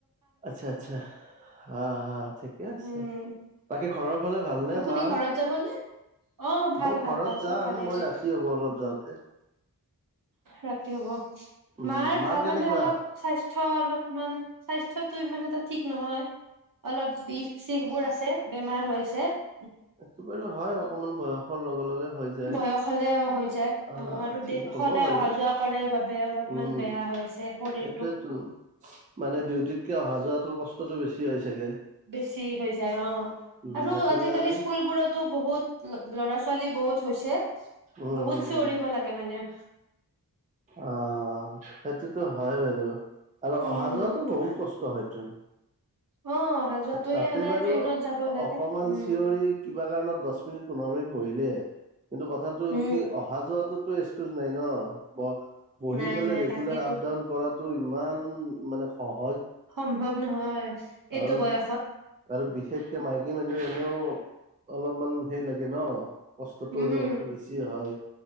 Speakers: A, on the right (about 20°); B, on the right (about 55°).
A: আচ্ছা, আচ্ছা, হা, হা ঠিকে আছে,
B: উম,
A: বাকী ঘৰৰ ফালে ভালনে
B: আপুনি
A: মাৰ?
B: ঘৰত যাবনে? অ', ভাল
A: মই
B: ভাল
A: ঘৰত
B: ভাল চব
A: যাম
B: ভালে
A: মই
B: আছে।
A: ৰাতি হ'ব অলপ যাওঁতে।
B: ৰাতি হব।
A: উম
B: মাৰ ভাল
A: কেনেকুৱা
B: মানে অলপ, স্বাস্থ্য <unintelligible> অলপমান স্বাস্থ্যটো ইমান এটা ঠিক নহয়। অলপ বিষ চিষ বোৰ আছে, বেমাৰ হৈ আছ <unintelligible>
A: এটো বাৰু হয় অকমান বয়সৰ লগে লগে হৈ যায়।
B: বয়স হলে হৈ যায়।
A: আহ
B: অ', আৰু
A: ঠিক
B: দে,
A: হ'ব
B: সদায়
A: বাৰু
B: অহা যোৱা কৰে বাবে অলপমান
A: উম
B: বেয়া হৈ আছে শৰীৰটো।
A: সেইটোৱেতো মানে ডিউটিতকে, অহা যোৱাটোৰ কষ্টটো বেছি। হয় চাগে।
B: বেছি হৈ যায়, অ'।
A: উম
B: আৰু
A: সেইটো
B: আজিকালি
A: কাৰণে
B: স্কুলবোৰতো বহুত, ল-ল'ৰা ছোৱালী <unintelligible> বহুত হৈছে।
A: উম
B: বহুত
A: উম
B: চিঞৰিব
A: উম
B: লাগে মানে।
A: আহ <unintelligible> হয় বাৰু। আৰু
B: উম
A: অহা যোৱাটো
B: সেইটো
A: বহুত
B: কাৰণে
A: কষ্ট হয়তোন!
B: অ অহা যোৱাটোৱে
A: তাতে
B: সদায়
A: বাৰু
B: ট্ৰেইনত যাব লাগে
A: অকমান
B: উম
A: চিঞৰি কিবা কাৰণত দছ মিনিট, পোন্ধৰ মিনিট বহিলে কিন্তু কথাটো হ'ল
B: উম
A: কি, অহা যোৱাটোত <unintelligible> এক্সকিউজ নাই ন <unintelligible> বহি
B: নাই
A: পলাই
B: নাই
A: ৰেগুলাৰ
B: তাকেতো
A: আপ ডাউন কৰাটো ইমান- মানে সহ
B: সম্ভৱ নহয়,
A: কাৰণ
B: এইটো বয়
A: আৰু বিশেষকে মাই <unintelligible> এনে, এনেও অলপমান হেই লাগে ন? কষ্টটো
B: উম
A: অনুভৱটো বেছি হয়।